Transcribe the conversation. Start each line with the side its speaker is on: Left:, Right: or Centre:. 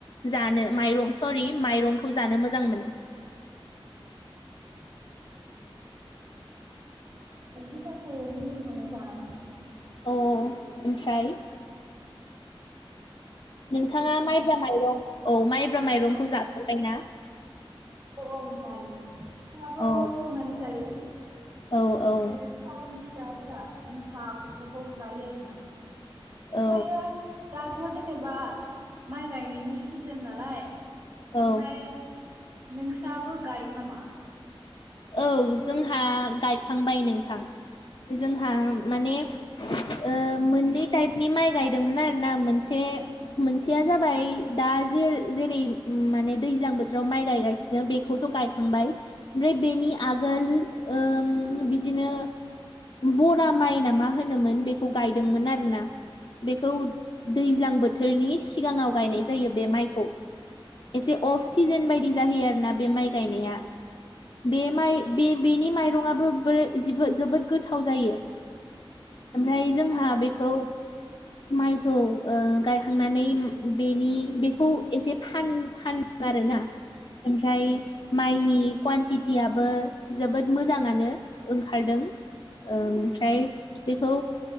Left: जानो माइरं सरि माइरंखौ जानो मोजां मोनो।
Right: - <inaudible> आंथ'साखौ मोजां मोनो जानानै।
Left: ओ ओफ्राय। नोंथाङा माइब्रा माइरं औ माइब्रा माइरंखौ
Right: औ
Left: जापेरबाय ना।
Right: औ औ जायो फिथाबो
Left: औ
Right: संनानै जायो ।
Left: औ औ
Right: ओ थावनि फि फिथाफोरा एमथाब बेफोरखौ जायो आरोना ओमफ्रायो
Left: औ
Right: दा दा जेनेबा माइ गायनायनि सिजोन नालाय ओमफ्राय
Left: औ
Right: नोंसाबो गायो नामा?
Left: औ जोंहा गायखांबाय नोंथां जोंहा माने ओ मोननै टाइपनि माइ गायदोंमोन आर ना मोनसे
Right: औ
Left: मोनसेया जाबाय दा जे जेरै माने दैज्लां बोथोराव माइ गायगासिनो बेखौथ' गायखांबाय बेनि आगोल ओम बिदिनो बरा माइ न मा होनोमोन बे गायदोंनोन आरोना बोथोरनि सिगाङाव गायनाय जायो बे माइखौ एसे अफ सिजोन बायदि जाहैयो आरोना । बे माय गायनाया बे माय बे बेनि माय ज जो जोबोत गोथाव जायो ओफ्राय जोंहा औ । माइखौ गायखांनानै बेनि बेखौ एसे फान फान आरोना। ओमफ्राय माइनि क्वानटितयाबो जोबोद मोजाङानो ओंखारदों ओमफ्राय बेखौ